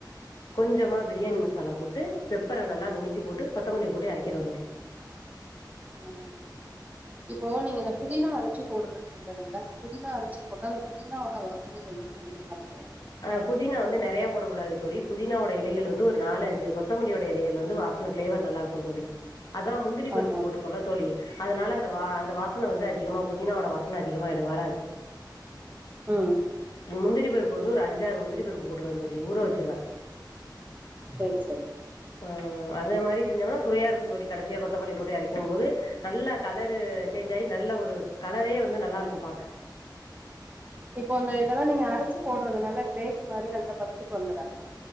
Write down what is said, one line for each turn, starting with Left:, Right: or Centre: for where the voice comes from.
Left: கொஞ்சமா பிரியாணி
Right: ம்
Left: மசாலா போட்டு பெப்பரை நல்லா நுணக்கி போட்டு கொத்தமல்லி போட்டு இறக்கிறுவ தோழி
Right: ம் இப்போ நீங்க இந்த புதினா அரிச்சு போடுறன்னு சொல்றீங்கல்ல இப்ப புதினா அரைச்சு போட்டா அந்த புதினாவோட வாசனைகள் தான அதிகமா இருக்கும்
Left: ஆஹ் புதினா வந்து நிறைய போடக்க கூடாது தோழி புதினாவோட இலைகள் வந்து ஒரு நாலு அஞ்சு கொத்தமல்லியோட இலைகள் வந்து வாசனை ஃபிளேவர் நல்லா இருக்கும் தோழி அதான் முந்திரி
Right: ஆமா
Left: பருப்பு போட்டு கொள்ள தோழி அதனால அந்த வா அந்த வாசனை வந்து அதிகமா புதினாவோட வாசனை அதிகமாடு வராது
Right: ஹம்
Left: முந்திரி பருப்பு வந்து ஒரு அஞ்சாரு முந்திரி பருப்பு போட்டுருவ தோழி ஊற வச்சிருவேன்
Right: சரி சரி
Left: ஆஹ் அது மாதிரி செஞ்சோம்னா சுவையா இருக்கும் தோழி கடைசியா கொத்தமல்லி போட்டு அரைக்கும் போது நல்ல கலரு சேஞ்ச் ஆகி நல்ல ஒரு கலரே வந்து நல்லா இருக்கும் பாக்க
Right: இப்போ அந்த இதெல்லாம் நீங்க அரைச்சு போடுறதுனால கிரேவி மாதிரி அந்த பதத்துக்கு வந்துறாதா